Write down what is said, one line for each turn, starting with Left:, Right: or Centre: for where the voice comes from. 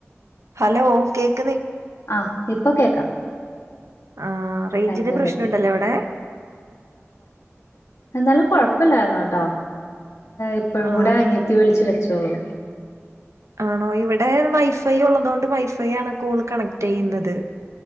Right: ഹലോ കേൾ -
Left: ആ ഇപ്പൊ കേക്കാം
Right: ആ റേഞ്ചിന്റെ
Left: എന്താ
Right: പ്രശ്നുണ്ടല്ലോ
Left: പറ്റി
Right: അവിടെ-
Left: എന്താലൂ <unintelligible> കുഴപ്പല്ലായിുന്നോട്ടോ ഇപ്പഴുകൂടെ
Right: ആ
Left: അനിത്തി വിളിച്ച് വെച്ചോളൂ
Right: ആണോ ഇവിടെ വൈഫൈ ഉള്ളതു കൊണ്ട് വൈഫൈ ആണ് കോള് കണക്ട് യ്യുന്നത്